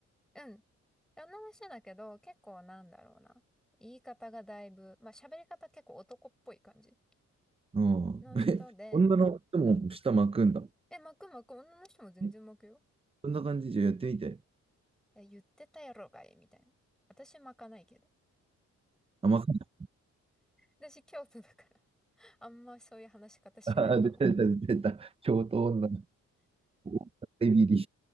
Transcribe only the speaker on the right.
うん。
え、女の人も下巻くんだ。
え、そんな感じじゃやってみて。
あ、巻く。
あー、出た出た出た出た。京都女の子。エビリ。